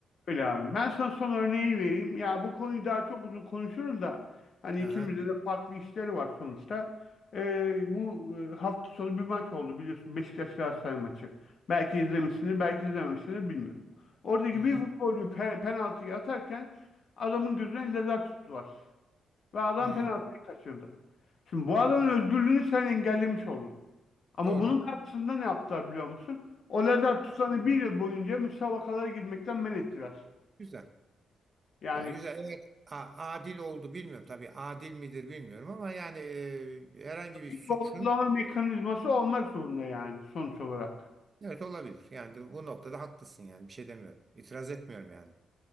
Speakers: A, on the left; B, on the right.
A: Öyle abi. Ben sana son örneği vereyim. Ya bu konuyu daha çok uzun konuşuruz da hani ikimizde
B: Aha.
A: de farklı işleri var sonuçta. Ee, bu e, hafta sonu bir maç oldu biliyorsun. Beşiktaş Galatasaray maçı. Belki izlemişsiniz, belki izlememişsiniz bilmiyorum. Oradaki
B: Hı hı.
A: bir futbolcu pe penaltıyı atarken adamın gözüne lazer tuttular. Ve adam
B: Hı.
A: penaltıyı kaçırdı. Şimdi bu adamın özgürlüğünü sen engellemiş oldun. Ama
B: Doğru.
A: bunun karşısında ne yaptılar biliyor musun? O lazer tutanı bir yıl boyunca müsabakalara girmekten men ettiler.
B: Güzel.
A: Yani
B: Yani güzel. Eğer a- adil oldu bilmiyorum. Tabii adil midir bilmiyorum ama yani e, herhangi bir
A: bir
B: suçun
A: doğrulama mekanizması olmak zorunda yani sonuç olarak.
B: evet olabilir. Yani de bu noktada haklısın yani. Bir şey demiyorum. İtiraz etmiyorum yani.